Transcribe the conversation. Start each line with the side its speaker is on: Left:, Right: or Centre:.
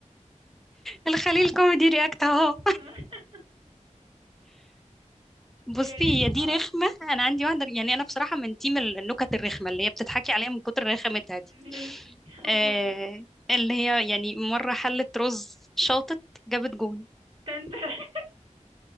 Centre: الخليل كوميدي رياكت اهو
Right: <laughs>
Centre: بصي
Right: يا يا
Centre: هي دي
Right: اه
Centre: رخمه انا عندي واحده يعني انا بصراحه من تيم النكت الرخمه اللي هي بتضحكي عليها من كتر رخامتها دي
Right: ماشي <laughs> قولي
Centre: آه اللي هي يعني مره حلت رز شاطت جابت جون
Right: تن تن <laughs>